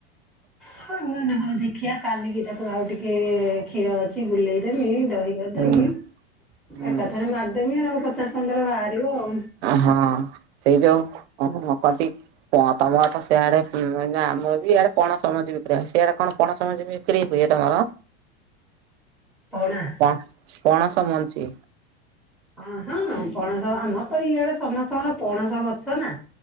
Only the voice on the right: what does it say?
ହୁଁ ହୁଁ
ହଁ ସେଇ ଯୋଉଁ କହନ୍ତି ତମ ତ ସେଆଡେ ହୁଁ ଆମର ବି ଆଡେ ପଣସମଞ୍ଜି ବିକ୍ରି ଆସେ। ସେଇଆଡେ କଣ ପଣସମଞ୍ଜି ବିକ୍ରି ହୁଏ ତମର?
ପଣ ପଣସମଞ୍ଜି।